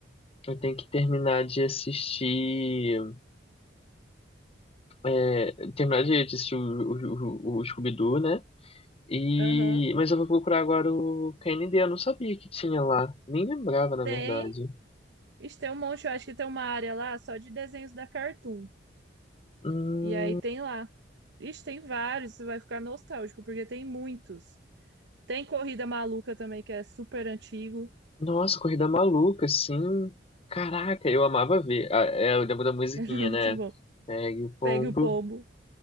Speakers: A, on the left (about 30°); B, on the right (about 65°).
A: eu tenho que terminar de assistir, é, terminar de assistir o, o, o, o Scooby-Doo, né? E,
B: Aham.
A: mas eu vou procurar agora o KND, eu não sabia que tinha lá, nem lembrava, na
B: Tem.
A: verdade.
B: Ixi, tem um monte, eu acho que tem uma área lá só de desenhos da Cartoon.
A: Hum,
B: E aí tem lá. Ixi, tem vários, você vai ficar nostálgico, porque tem muitos. Tem Corrida Maluca também, que é super antigo.
A: nossa, Corrida Maluca, assim, caraca, eu amava ver. Ah, é, eu lembro da musiquinha,
B: <laughs> Ele é muito
A: né?
B: bom.
A: Pegue o pombo.
B: Pegue o pombo.